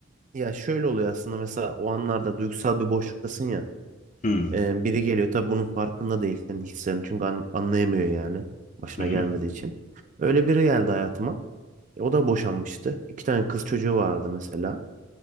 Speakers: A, on the right (about 35°); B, on the left (about 35°).
A: Ya şöyle oluyor aslında mesela o anlarda duygusal bir boşluktasın ya.
B: Hmm,
A: Eee, biri geliyor tabii bunun farkında değil senin hislerini. Çünkü an- anlayamıyor yani başına
B: Hı hı.
A: gelmediği için. Öyle biri geldi hayatıma. E, O da boşanmıştı. İki tane kız çocuğu vardı mesela.